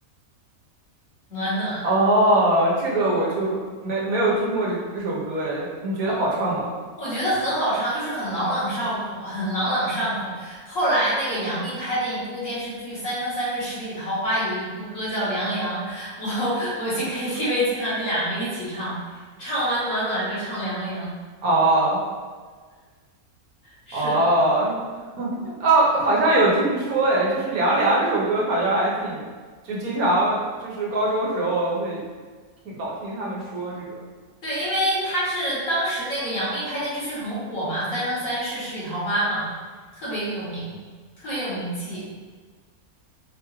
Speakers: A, on the left (about 60°); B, on the right (about 80°).
A: 暖暖》。
B: 哦，这个我就没没有听过这这首歌，哎，你觉得好唱吗？
A: 啊。我觉得很好唱，就是很朗朗上口，很朗朗上口。后来那个杨幂拍的一部电视剧《三生三世十里桃花》，有一部歌叫《凉凉》，我我去 KTV 经常这两个一起唱，唱完暖暖就唱凉凉。
B: 哦
A: 是的，
B: 哦，哦，好像有听说，哎，就是《凉凉》这首歌，好像还挺，就经常就是高中时候会听老听他们说这个。
A: 对，因为他是当时那个杨幂拍电视剧很火嘛，《三生三世十里桃花》嘛，特别有名，特别有名气。